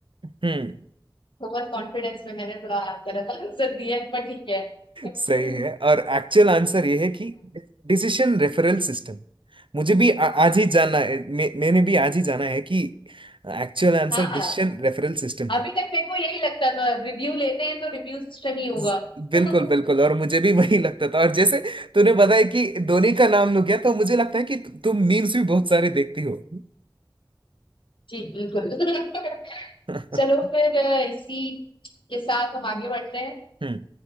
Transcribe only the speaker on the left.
ओवर कॉन्फिडेंस में मैंने थोड़ा गलत आंसर दिया है पर ठीक है <laughs>
हाँ
हाँ,
अभी
तक मेरे को यही लगता था रिव्यू लेते हैं तो रिव्यू सिस्टम ही होगा
<laughs>
जी बिल्कुल <laughs>
चलो फिर अ, इसी के साथ हम आगे बढ़ते हैं